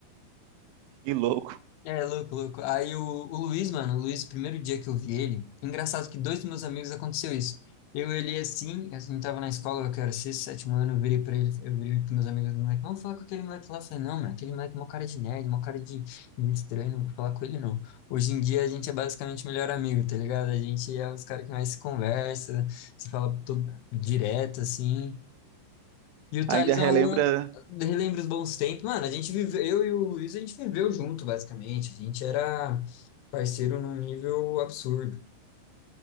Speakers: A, on the right (about 80°); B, on the left (about 80°).
A: Que louco.
B: É, louco, louco. Aí o, o Luiz, mano, o Luiz, o primeiro dia que eu vi ele, engraçado que dois dos meus amigos aconteceu isso. Eu olhei assim, a gente tava na escola, que era sexto, sétimo ano, eu virei pra ele, eu virei pros meus amigos, moleque, vamos falar com aquele moleque lá. Eu falei, não, mano, aquele moleque é uma cara de nerd, uma cara de, de estranho, não vou falar com ele não. Hoje em dia a gente é basicamente melhor amigo, tá ligado? A gente é os caras que mais se conversa, se fala todo direto, assim. E o Thales
A: Ainda relembra.
B: é um. Relembra os bons tempos. Mano, a gente viveu, eu e o Luiz, a gente viveu junto, basicamente. A gente era parceiro num nível absurdo.